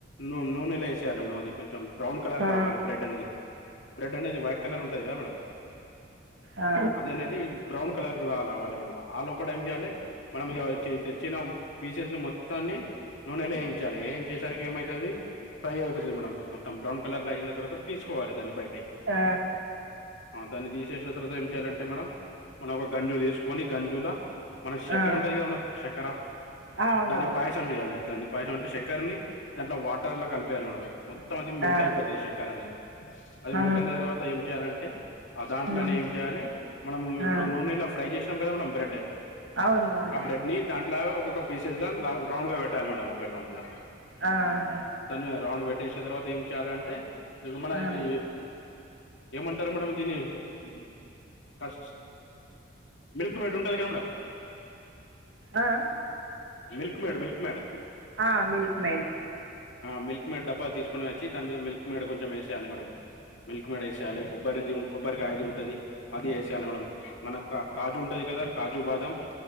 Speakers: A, on the left; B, on the right.
A: నూ నూనెలా వేసేయాలి మేడం అది కొంచెం బ్రౌన్ కలర్
B: ఆ
A: కావాలి బ్రెడ్ అనేది ఇప్పుడు బ్రెడ్ అనేది వైట్ కలర్ ఉంటంది కదా మేడం
B: ఆ ఆ
A: అది అనేది బ్రౌన్ కలర్ రావాలే ఆ లోపదా ఏం చేయాలి మనకి తెచ్చిన పీసెస్లు మొత్తాన్ని నూనెలో వేయించాలి ఏం చేసరికి ఏమవుతుది ఫ్రై అయిపోతది మేడం మొత్త బ్రౌన్ కలర్లయీనా తర్వాత తీసుకోవాలి దాన్ని బయటికి
B: ఆ
A: దాన్ని తీసేసిన తర్వాత్ చేయలంటే మేడం మనం ఒక గంజు తీసుకొని గంజుల మన శక్కర
B: ఆ
A: ఉంటది కదా మన చక్కర
B: అవునవును
A: దాన్ని పాయసం చేయాలి దాన్ని పాయసం అంటే చక్కర్ని దాంట్లో వాటర్ లో కలిపేయాలి మేడం మొత్తం అది మిల్ట్
B: ఆ!
A: అయిపోతుంది చెక్కర్ అనేది అది
B: ఆ!
A: మిల్ట్ అయిన తర్వాత ఏం చేయాలంటే ఆ దాంట్లనే
B: హ్మ్.
A: చేయాలి మనం ఇప్పుడు
B: ఆ!
A: నూనె ఇలా ఫ్రై చేసాం కదా మేడం బ్రెడ్
B: అవును అవును
A: ఆ బ్రెడ్ ని దాంట్లా ఒక్కొక్క పీసెస్గా లవ్ రౌండ్ గ బెట్టాలి మేడం ఒకటి దాని మీద
B: ఆహా!
A: దాని మీద రౌండు బె చేషిన తర్వాతేం చేయాలంటే మన
B: ఆ!
A: ఇదీ ఏమంటరు మేడం దీన్నీ <unintelligible> మిల్క్ మెయిడ్ ఉంటది కద మేడం
B: ఆ!
A: మిల్క్ మేడ్ మిల్క్ మేడ్
B: ఆ మిల్క్ మెయిడ్
A: ఆ మిల్క్ మెయిడ్ డబ్బా దీసుకునచ్చి దాని మీద మిల్క్ మెయిడ్ కొంచంమేశేయాలె మేడం మిల్క్ మేడేశేయాలే కొబ్బరిది ఉం కొబ్బరికాయది ఉంటది అది ఏశేయాలె మేడం మన కా కాజు ఉం టది కదా కాజు బాదం